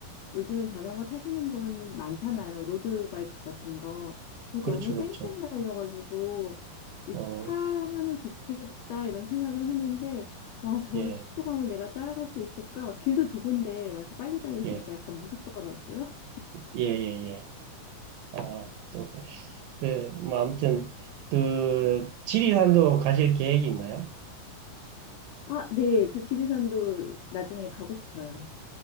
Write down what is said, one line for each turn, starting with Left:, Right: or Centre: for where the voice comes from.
Left: 요즘은 자전거 타시는 분 많잖아요. 로드바이크 같은 거. 그래서
Right: 그렇죠,
Left: 너무 쌩쌩
Right: 그렇죠.
Left: 달려가지고 이,
Right: 어,
Left: 타면은 좋겠다 이런 생각은 하는데 와, 저
Right: 예,
Left: 속도감을 내가 따라갈 수 있을까? 막 길도 좁은데 막 이렇게 빨리 달리시니까
Right: 예,
Left: 약간 무섭더라고요.
Right: 예, 예, 예. 아, 또, 그, 뭐, 아무튼, 그, 지리산도 가실 계획이 있나요?
Left: 아, 네. 저 지리산도 나중에 가고 싶어요.